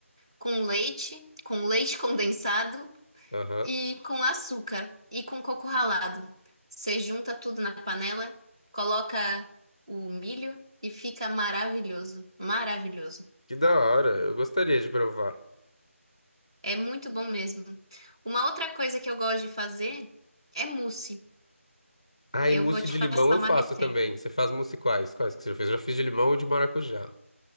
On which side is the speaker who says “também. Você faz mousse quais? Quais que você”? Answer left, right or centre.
Left